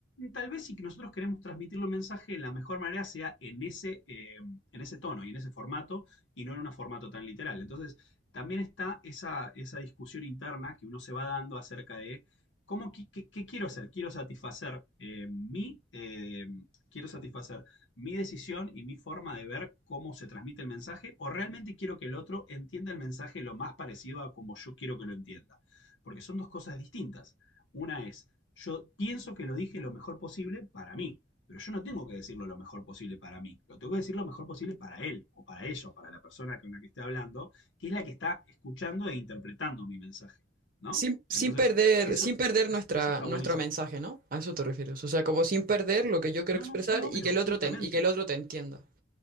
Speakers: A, on the left; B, on the right.
A: tal vez si que nosotros queremos transmitirle un mensaje, la mejor manera sea en ese, eh, en ese tono y en ese formato y no en un formato tan literal. Entonces, también está esa, esa discusión interna que uno se va dando acerca de ¿Cómo, qué, qué- qué quiero hacer? Quiero satisfacer eh, mi, eh, quiero satisfacer mi decisión y mi forma de ver cómo se transmite el mensaje, o realmente quiero que el otro entienda el mensaje lo más parecido a como yo quiero que lo entienda. Porque son dos cosas distintas. Una es, yo pienso que lo dije lo mejor posible para mí, pero yo no tengo que decirlo lo mejor posible para mí. Lo tengo que decir lo mejor posible para él, o para ella, o para la persona con la que esté hablando que es la que está escuchando e interpretando mi mensaje, ¿no?
B: Sin, sin
A: Entonces,
B: perder,
A: eso,
B: sin perder
A: eso
B: nuestra,
A: está
B: nuestro
A: buenísimo.
B: mensaje, ¿no? A eso te refieres. O sea, como sin perder lo que yo quiero
A: No,
B: expresar
A: no, sí, obvio,
B: y que el
A: justamente.
B: otro te, y que el otro te entienda.